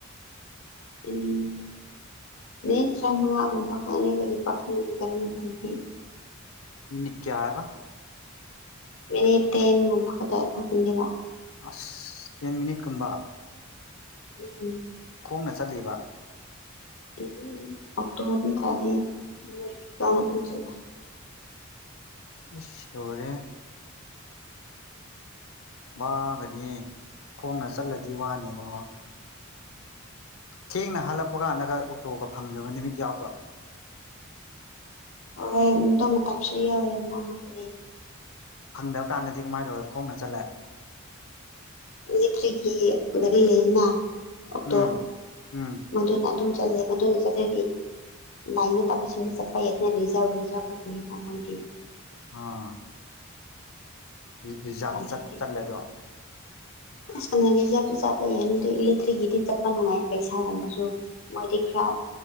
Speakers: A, on the left; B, on the left.
A: ꯎꯝ ꯅꯇ꯭ꯔ ꯑꯃꯒꯨꯝ ꯐꯅꯤꯕꯒꯤ ꯄꯁ ꯀꯅ ꯆꯇ
B: ꯃꯤꯅꯤ ꯀꯌꯥꯕ
A: ꯃ ꯇꯅꯨꯡꯉꯝꯕ ꯈꯗ ꯀꯗꯤꯕ
B: ꯑꯁ ꯇꯦꯟ ꯃꯤꯅꯤꯠꯀꯨꯝꯕ
A: ꯎꯝꯝ
B: ꯐꯣꯡꯅ ꯆꯠꯂꯤꯕ
A: ꯎꯝ ꯑꯣꯛꯇꯛꯇꯣꯕꯔ ꯇꯥꯔꯤꯅꯝ ꯆ ꯂꯩ
B: ꯁ ꯇꯔꯦ ꯋꯥꯒꯗꯤ ꯈꯣꯡꯅ ꯆꯠꯂꯗꯤ ꯋꯥꯅꯦꯕ ꯊꯦꯡꯅ ꯍꯥꯜꯂꯛꯄ ꯀꯥꯟꯗꯒ ꯑꯣꯛꯇꯣꯒ ꯐꯪꯗꯕ ꯅꯨꯃꯤꯠ ꯌꯥꯎꯕ꯭ꯔꯥ
A: ꯍ ꯇꯣꯃ ꯇꯞꯁꯤ ꯑꯣꯏ ꯃꯥꯇ
B: ꯐꯪꯗꯕ ꯀꯥꯟꯗꯗꯤ ꯀꯃꯥꯏꯅ ꯇꯧꯔꯦ ꯈꯣꯡꯅ ꯆꯠꯂꯦ
A: ꯂꯤꯇ꯭ꯔꯤꯒꯤ ꯒꯥꯔꯤ ꯂꯩꯅ ꯑꯣꯛꯇꯣ
B: ꯎꯝ ꯎꯝ
A: ꯃꯗꯨꯅ ꯑꯗꯨꯝ ꯆꯠꯂꯦ ꯃ ꯆꯠꯇ ꯂꯥꯏꯅ ꯇꯥꯁꯤꯡꯗꯤ ꯆꯠꯄꯖꯖꯥ <unintelligible>
B: ꯑꯥ ꯔꯤꯖꯥꯕꯇ
A: ꯎꯄꯥꯏ ꯂꯩꯇꯦ
B: ꯆꯠꯂꯦꯗꯣ
A: ꯑꯁ ꯀ ꯔꯤꯖꯥꯇ ꯆꯠꯄ ꯌꯥꯏ ꯏꯂꯦꯛꯇ꯭ꯔꯤꯛꯀꯤꯗꯤ ꯆꯠꯄ ꯅꯨꯡꯉꯥꯏ ꯄꯩꯁꯥꯒꯨꯝꯕꯁꯨ ꯃꯣꯏꯗꯤ ꯈꯔ